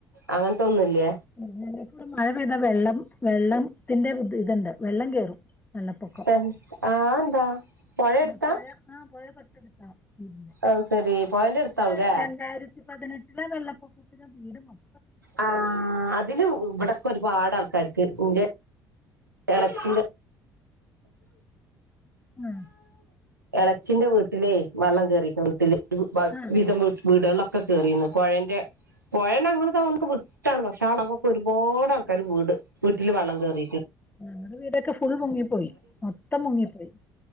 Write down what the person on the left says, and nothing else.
ഉം ഞങ്ങക്ക് മഴ പെയ്താ വെള്ളം വെള്ളത്തിന്റെ ഒര് ഇത്ണ്ട് വെള്ളം കേറും. വെള്ളപ്പൊക്കം.
പിനെ
പുഴ ആ പുഴ തൊട്ടെടുത്താ പിനെ
പക്ഷെ
രണ്ടായിരത്തി പതിനെട്ടിലെ വെള്ളപ്പൊക്കത്തില് വീട് മൊ-
ആ
ആ
ആ ഞങ്ങള വീടൊക്കെ ഫുൾ മുങ്ങിപ്പോയി മൊത്തം മുങ്ങിപ്പോയി.